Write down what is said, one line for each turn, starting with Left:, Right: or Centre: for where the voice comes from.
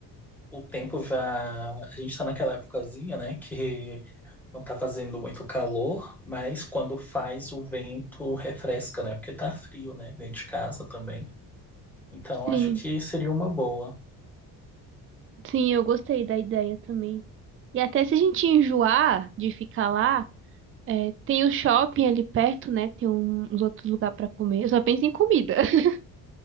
Centre: o tempo já. A gente tá naquela épocazinha, né? Que não tá fazendo muito calor, mas quando faz o vento refresca, né? Porque tá frio, né? Dentro de casa também. Então
Right: Sim,
Centre: acho que seria uma boa.
Right: sim, eu gostei da ideia também. E até se a gente enjoar de ficar lá, É, tem o shopping ali perto, né? Tem um- uns outros lugares pra comer. Eu só penso em comida. <laughs>